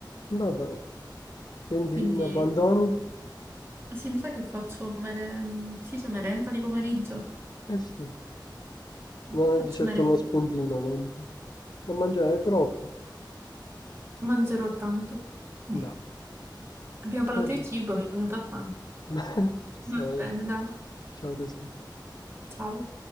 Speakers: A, on the left; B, on the right.
A: vabbè, quindi
B: Quindi
A: mi abbandoni?
B: sì, mi sa che faccio mere- sì, c'è merenda di pomeriggio.
A: Eh sì, non
B: Faccio
A: è di certo
B: merenda.
A: uno spuntino, non, non mangiare troppo.
B: Mangerò tanto. <laughs>
A: No.
B: Abbiamo parlato
A: Vabbè,
B: di cibo, mi è venuta fame.
A: <laughs> giustamente.
B: Va bene, dai.
A: Ciao tesoro.
B: Ciao.